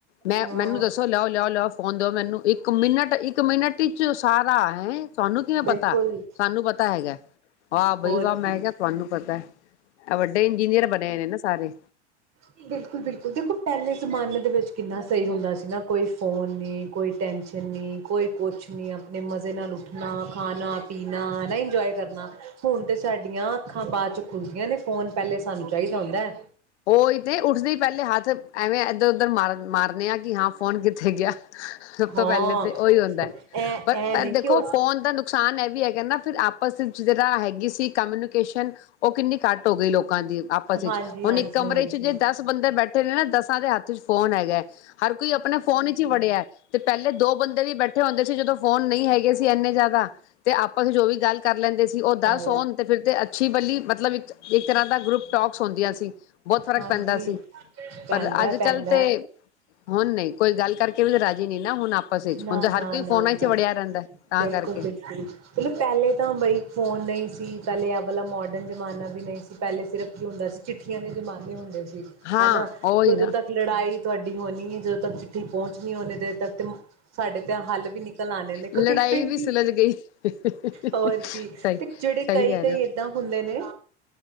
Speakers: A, on the left (about 70°); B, on the right (about 45°).
A: ਮੈਂ
B: ਹਾਂ
A: ਮੈਨੂੰ ਦੱਸੋ ਲਿਆਓ, ਲਿਆਓ, ਲਿਆਓ ਫੋਨ ਦਿਓ ਮੈਨੂੰ ਇੱਕ ਮਿੰਨਟ, ਇੱਕ ਮਿੰਨਟ ਟੀਚਰ ਸਾਰਾ ਹੈ ਤੁਹਾਨੂੰ ਕਿਵੇਂ
B: ਬਿਲਕੁਲ
A: ਪਤਾ ਸਾਨੂੰ ਪਤਾ ਹੈਗਾ। ਵਾਹ ਬਈ
B: ਹੋਰ
A: ਵਾਹ ਮੈਂ
B: ਕੀ
A: ਕਿਹਾ ਤੁਹਾਨੂੰ ਪਤਾ ਹੈ। ਇਹ ਵੱਡੇ ਇੰਜੀਨੀਅਰ ਬਣੇ ਨੇ ਨਾ ਸਾਰੇ।
B: ਬਿਲਕੁਲ- ਬਿਲਕੁਲ, ਬਿਲਕੁਲ ਦੇਖੋ ਪਹਿਲੇ ਜ਼ਮਾਨੇ ਦੇ ਵਿੱਚ ਕਿੰਨਾ ਸਹੀ ਹੁੰਦਾ ਸੀ ਨਾ ਕੋਈ ਫੋਨ ਨੀ ਕੋਈ ਟੈਂਸ਼ਨ ਨੀ ਕੋਈ ਕੁਛ ਨਹੀਂ ਆਪ ਆਪਣੇ ਮਜ਼ੇ ਨਾਲ ਉੱਠਣਾ, ਖਾਣਾ ਪੀਣਾ ਹਨਾ ਇੰਨਜੋਆਏ ਕਰਨਾ। ਹੁਣ ਤੇ ਸਾਡੀਆਂ ਅੱਖਾਂ ਪਾ ਚੁੱਕ ਖੁੱਲਦੀਆਂ ਨੇ ਫੋਨ ਪਹਿਲੇ ਸਾਨੂੰ ਚਾਹੀਦਾ ਹੁੰਦਾ।
A: ਉਹੀ ਤੇ ਉੱਠਦੇ ਪਹਿਲੇ ਹੱਥ ਐਵੇਂ ਇੱਧਰ, ਉੱਧਰ ਮਾਰ ਮਾਰਨੇ ਆ ਕ ਫੋਨ ਕਿੱਥੇ ਗਿਆ। ਸਭ
B: ਹਾਂ
A: ਤੋਂ ਪਹਿਲੇ ਤੇ ਉਹੀ ਹੁੰਦਾ ਹੈ।
B: ਐ
A: ਪਰ
B: ਐ
A: ਪਰ
B: ਨੀ
A: ਦੇਖੋ
B: ਕਿ ਉਹ
A: ਫੋਨ ਦਾ ਨੁਕਸਾਨ ਇਹ ਵੀ ਹੈ ਕਹਿੰਦਾ ਫਿਰ ਆਪਸ ਵਿੱਚ ਜ ਤਰ੍ਹਾਂ ਹੈਗੀ ਸੀ ਕਮਿਊਨੀਕੇਸ਼ਨ ਉਹ ਕਿੰਨੀ ਘੱਟ ਹੋ ਗਈ ਲੋਕਾਂ ਦੀ ਆਪਸ ਵਿੱਚ
B: ਹਾਂਜੀ
A: ਹੁਣ
B: ਹਾਂਜੀ
A: ਇੱਕ ਕਮਰੇ
B: ਹਾਂਜੀ
A: ਚ ਜੇ ਦਸ ਬੰਦੇ ਬੈਠੇ ਨੇ ਨਾ ਦਸਾਂ ਦੇ ਹੱਥ ਫ਼ੋਨ ਹੈਗਾ। ਹਰ ਕੋਈ ਆਪਣੇ ਫੋਨ ਵਿੱਚ ਹੀ ਫੜਿਆ। ਤੇ ਪਹਿਲੇ ਦੋ ਬੰਦੇ ਵੀ ਬੈਠੇ ਹੁੰਦੇ ਸੀ ਜਦੋਂ ਫੋਨ ਨਹੀਂ ਹੈਗੇ ਸੀ। ਇੰਨੇ ਜ਼ਿਆਦਾ ਤੇ ਆਪਾਂ ਜੋ ਵੀ ਗੱਲ ਕਰ ਲੈਂਦੇ ਸੀ ਉਹ
B: ਤਾਂ
A: ਦਸ ਸੌਣ ਤੇ ਫਿਰ ਤੇ ਮਛੀ ਬਲੀ ਮਤਲਬ ਇੱਕ ਤਰ੍ਹਾਂ ਦਾ ਗਰੁੱਪ ਟੋਕਸ ਹੁੰਦੀਆਂ ਸੀ। ਬਹੁਤ ਫ਼ਰਕ
B: ਹਾਂਜੀ
A: ਪੈਂਦਾ ਸੀ।
B: ਪੈਂਦਾ
A: ਪਰ ਅੱਜ
B: ਪੈਂਦਾ
A: ਕੱਲ ਤੇ ਹੁਣ ਨਹੀਂ ਕੋਈ ਗੱਲ ਕਰਕੇ ਵੀ ਰਾਜੀ ਨਹੀਂ। ਨਾ ਹੁਣ ਆਪਸ ਵਿੱਚ
B: ਨਾ,
A: ਹੁਣ ਤਾਂ
B: ਨਾ,
A: ਹਰ ਕੋਈ
B: ਨਾ,
A: ਫੋਨਾਂ ਚ
B: ਨਾ।
A: ਵੜਿਆ ਰਹਿੰਦਾ ਤਾਂ
B: ਬਿਲਕੁਲ,
A: ਕਰਕੇ
B: ਬਿਲਕੁਲ। ਮਤਲਬ ਪਹਿਲੇ ਤਾਂ ਬਈ ਫੋਨ ਨਹੀਂ ਸੀ। ਪਹਿਲੇ ਇਹ ਵਾਲਾ ਮੋਡਰਨ ਜ਼ਮਾਨਾ ਵੀ ਨਹੀਂ ਸੀ। ਪਹਿਲੇ ਸਿਰਫ਼ ਕੀ ਹੁੰਦਾ ਸੀ ਚਿੱਠੀਆਂ ਦੇ ਜ਼ਮਾਨੇ ਹੁੰਦੇ ਸੀ।
A: ਹਾਂ
B: ਹਨਾ
A: ਉਹੀ
B: ਉਦੋਂ
A: ਨਾ
B: ਤੱਕ ਲੜਾਈ ਤੁਹਾਡੀ ਹੋਣੀ ਹੈ। ਜਦੋਂ ਤੱਕ ਚਿੱਠੀ ਪਹੁੰਚਣੀ ਹੋਣੀ ਦੇ ਤੱਕ ਤਮ ਸਾਡੇ ਤੇ ਹੱਲ ਵੀ ਨਿਕਲ ਆਦੇ ਨੇ।
A: ਲੜਾਈ
B: ਕੋਈ, ਕੋਈ
A: ਵੀ ਸੁਲਝ ਗਈ ਸਹੀ
B: ਹੋਰ ਕੀ ਤੇ
A: ਸਹੀ
B: ਜਿਹੜੇ ਕਈ,
A: ਕਹਿ
B: ਕਈ
A: ਰਹੇ ਹੋ
B: ਏਦਾਂ ਹੁੰਦੇ ਨੇ